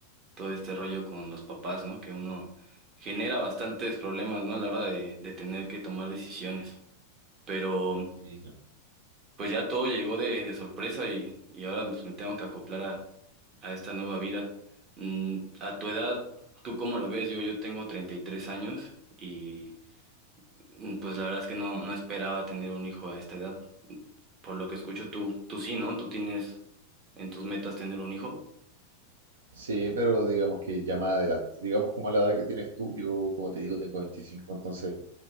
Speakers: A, on the right; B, on the right.
A: todo este rollo con los papás, ¿no? Que uno genera bastantes problemas, ¿no? A la hora de, de tener que tomar decisiones. Pero
B: Sí, no.
A: pues ya todo llegó de, de sorpresa y, y ahora pues, me tengo que acoplar a, a esta nueva vida. Mm, a tu edad, ¿tú cómo lo ves? Digo, yo tengo 33 años y... Mm, Pues la verdad es que no, no esperaba tener un hijo a esta edad. Por lo que escucho, tú, tú sí, ¿no? Tú tienes en tus metas tener un hijo.
B: Sí, pero digamos que ya más adelante, digamos como a la edad que tienes tú, yo como te digo tengo veinticinco entonces